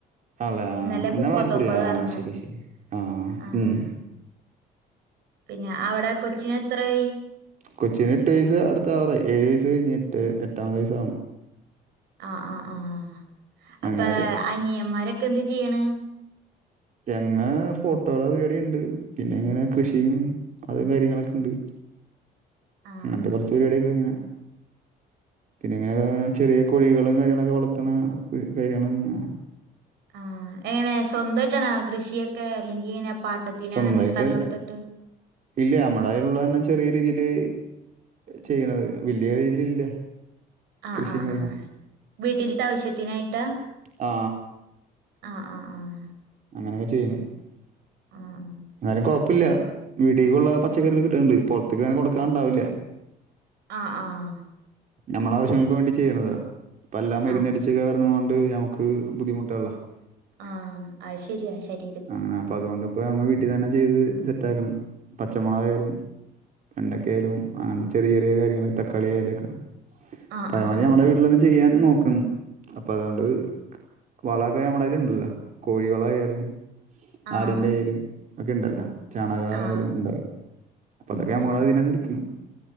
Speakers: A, on the right; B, on the right.
A: ആണല്ലേ ആ
B: ഇന്നലെ
A: ഇന്നാണ്
B: മുപ്പത്തൊമ്പതാര്ന്ന്
A: നാൽക്കുടി ആ ശരി ശരി ആ
B: ആഹ്
A: ഉം.
B: ഞ അവടെ കൊച്ചിനെത്രായി?
A: കൊച്ചിന് എട്ട് വയസ്സ് അട്ത്താവാറായിഏഴു വയസ്സ് കഴിഞ്ഞ് ട്ട് എട്ടാമത്തെ വയസാകുന്നു.
B: ആഹ് ആഹ് ആഹ് അപ്പ
A: അങ്ങനെയൊക്കെ
B: അനിയമ്മാരൊക്കെ എന്ത് ചെയ്യ്ണ്?
A: തെങ്ങ് ഓട്ടോടെ പരിവാടി ണ്ട് പിന്നെ ങ്ങനെ കൃഷിയും അതും കാര്യങ്ങളൊക്കെണ്ട്. നിൻ്റെ
B: ആഹ്
A: <unintelligible> ത്ത പരിവാട്യൊക്കെ ഇങ്ങനാ പിന്നെ ഇങ്ങനെ ചെറിയ കോഴികളും കാര്യങ്ങളൊക്കെ വളർത്തണ <unintelligible>
B: ആഹ് എങ്ങനെ സ്വന്തയിട്ടണ കൃഷിയൊക്കെ അല്ലെങ്കി ഇങ്ങനെ പാട്ടത്തിന്
A: സ്വന്തമായിട്ട്
B: അങ്ങനെ സ്ഥലം എടുത്തിട്ട്
A: ഇല്ല നമ്മടെ കയ്യിൽള്ളന്നെ ചെറിയ രീതിയില് ചെയ്യണത് വല്യ രീതിയിലില്ല.
B: ആഹ്
A: കൃഷിയും
B: ആഹ്
A: കാര്യങ്ങളും.
B: ആഹ് വീട്ടിലത്തെ ആവശ്യത്തിനായിട്ടാ
A: ആ
B: ആഹ് ആഹ് ആഹ്
A: അങ്ങനെയൊക്കെ ചെയ്യ്ണ്
B: ആഹ്
A: <inaudible> ഇന്നാലും കുഴപ്പല്ല വീട്ടിക്കുള്ള പച്ചക്കറികൾ കിട്ടുണുണ്ട് പുറത്തേക്ക് അങ്ങനെ കൊടുക്കാൻ ണ്ടാവില്ല
B: ആഹ് ആഹ്
A: നമ്മളെ ആവശ്യങ്ങൾക്ക് വേണ്ടി ചെയ്യണതാ ഇപ്പ എല്ലാ മരുന്നടിച്ച
B: ആഹ്
A: വരുന്നോണ്ട് നമുക്ക് ബുദ്ധിമുട്ട് ട്ടള്ള
B: ആഹ് അയ് ശരിയാ ശരി
A: അങ്ങനെ അപ്പൊ അതു കൊണ്ട് പ്പോ നമ്മ വീട്ടിൽ തന്നെ ചെയ്ത് സെറ്റ് ആക്കണ് പച്ചമുളകയാലും പണ്ടക്കെയാലും അ ചെറിയ ചെറിയ കാര്യങ്ങള തക്കാളി ആയലൊക്കെ
B: ആഹ്
A: പരമാവധി
B: ആഹ് ആഹ്
A: നമ്മടെ വീട്ടിൽ തന്നെ ചെയ്യാൻ നോക്കണ് അപ്പൊ അതൊണ്ട് വളക്കെ നമ്മടെ കയ്യില് ഇണ്ടല്ലോ കോഴി വളായാലും
B: ആഹ്
A: ആടിന്റെ ആയാലും ഒക്കെ ഇണ്ടല്ലോ. ചാണകായാലും
B: ആഹ്
A: ഉണ്ടാല്ലോ അപ്പൊ അതൊക്കെ
B: ആഹ്
A: നമ്മളതീന്ന് തന്നെ എടുകണ്